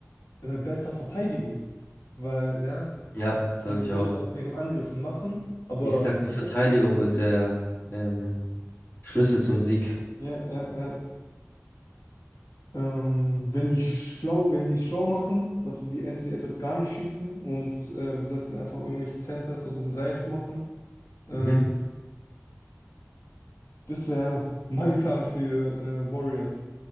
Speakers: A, on the left; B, on the left.
A: äh, besser verteidigen. Weil, ja,
B: Ja, sage
A: und das
B: ich
A: Ja, ja.
B: auch.
A: Beste aus ihren Angriffen machen, Mhm. aber
B: Ich sag, die
A: sich
B: Verteidigung
A: auf.
B: wird der ähm, Schlüssel zum Sieg.
A: Ja, äh, äh, ähm, wenn die schlau, wenn die es schlau machen, lassen sie Anthony Edwards gar nicht schießen und äh, lassen einfach irgendwelche Center versuchen, Dreier zu machen. Ähm,
B: Mhm.
A: Das wäre mein Plan für äh, Warriors.